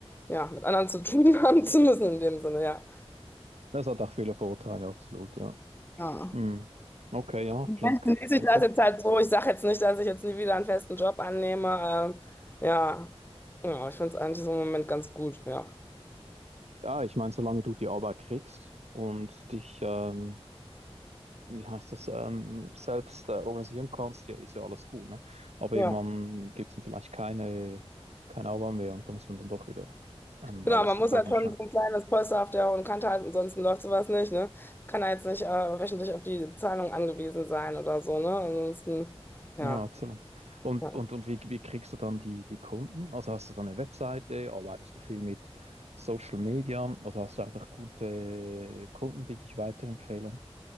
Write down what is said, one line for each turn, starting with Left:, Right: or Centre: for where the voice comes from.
Left: ja, mit anderen zu <laughs> tun haben zu müssen in dem Sinne, ja.
Right: Das hat auch viele Vorteile, absolut, ja.
Left: Ja.
Right: Hm. Okay, ja,
Left: Dann
Right: klingt,
Left: genieße
Right: klingt
Left: ich das
Right: gut.
Left: jetzt halt so. Ich sage jetzt nicht, dass ich jetzt nie wieder einen festen Job annehme. Ähm, ja. Ja, ich finde es eigentlich so im Moment ganz gut, ja.
Right: Ja, ich meine, solange du die Arbeit kriegst und dich, ähm, wie heißt das, ähm, selbst äh, organisieren kannst, ja, ist ja alles gut, ne? Aber
Left: Ja.
Right: irgendwann gibt es dann vielleicht keine, keine Arbeit mehr und da muss man dann doch wieder einen
Left: Genau,
Right: Arbeitsvertrag
Left: man muss halt
Right: anschauen.
Left: schon so ein kleines Polster auf der hohen Kante halten, ansonsten läuft sowas nicht, ne? Kann halt jetzt nicht äh, wöchentlich auf die Zahlung angewiesen sein oder so, ne? Ansonsten, ja.
Right: Ja, absolut. Und,
Left: Ja.
Right: und, und wie, wie kriegst du dann die, die Kunden? Also hast du dann eine Webseite, arbeitest du viel mit Social Media oder hast du einfach gute Kunden, die dich weiterempfehlen?